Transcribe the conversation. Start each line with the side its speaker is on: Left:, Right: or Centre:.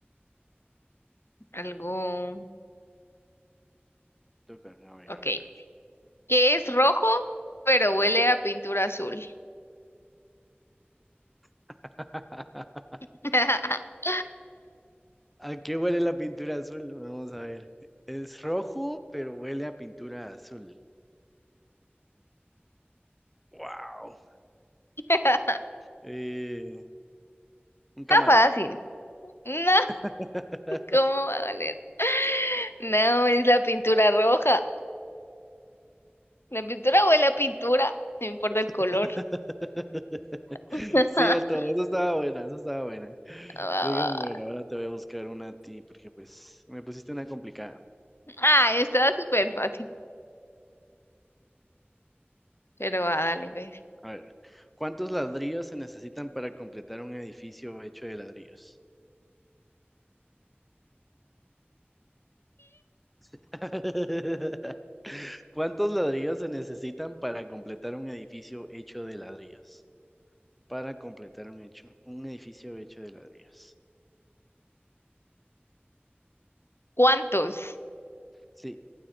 Left: Algo.
Centre: Toca. A ver,
Left: Ok.
Centre: a ver, a ver.
Left: que es rojo, pero huele a pintura azul.
Centre: <laughs>
Left: <laughs>
Centre: ¿A qué huele la pintura azul? Vamos a ver. Es rojo, pero huele a pintura azul. Wow.
Left: Está
Centre: Eh, un camarón.
Left: fácil. No,
Centre: <laughs>
Left: ¿cómo va a valer No, es la pintura roja. La pintura huele a pintura, no importa el color.
Centre: <laughs>
Left: <laughs>
Centre: Cierto, eso estaba buena, eso estaba buena.
Left: Va,
Centre: Déjame
Left: va, va.
Centre: ver, ahora te voy a buscar una a ti, porque pues me pusiste una complicada.
Left: Ah, estaba súper fácil. Pero va, dale, ve.
Centre: A ver, ¿cuántos ladrillos se necesitan para completar un edificio hecho de ladrillos? <laughs> ¿Cuántos ladrillos se necesitan para completar un edificio hecho de ladrillos? Para completar un hecho, un edificio hecho de ladrillos.
Left: ¿Cuántos?
Centre: Sí.